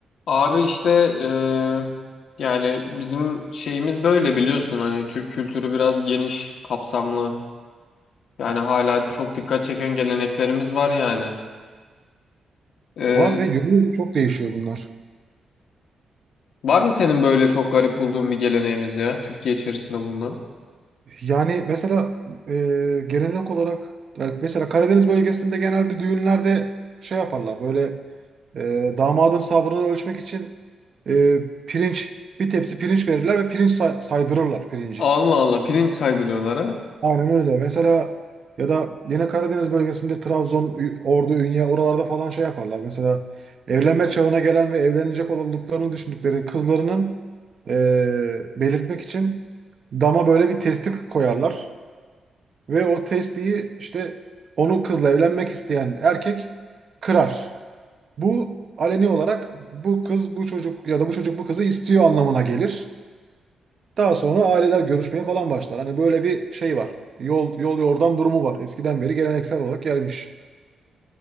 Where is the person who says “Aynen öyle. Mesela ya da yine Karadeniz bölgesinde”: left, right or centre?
Right